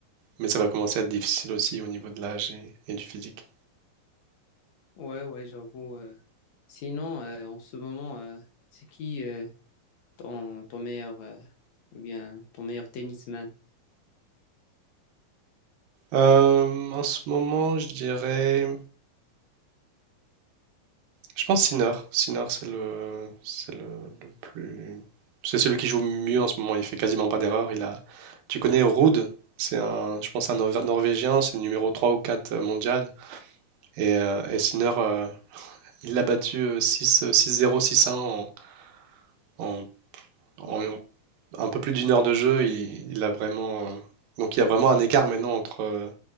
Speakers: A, on the right; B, on the left.
A: mais ça va commencer à être difficile aussi au niveau de l'âge et, et du physique.
B: Ouais, ouais, j'avoue. euh. Sinon, euh, en ce moment, euh, c'est qui euh, ton, ton meilleur, euh, ou bien ton meilleur tennisman?
A: Euh, en ce moment, je dirais. Je pense Sinard. Sinard, c'est le, c'est le, le plus. C'est celui qui joue mieux en ce moment. Il fait quasiment pas d'erreur. Il a... Tu connais Ruud? C'est un, je pense, un Norv- Norvégien. C'est le numéro 3 ou 4 euh, mondial. Et, euh, et Sinard, euh, il l'a battu euh, 6, 6-0, 6-1 en, en- en un peu plus d'une heure de jeu. Il, il a vraiment. euh, Donc il y a vraiment un écart maintenant entre. euh,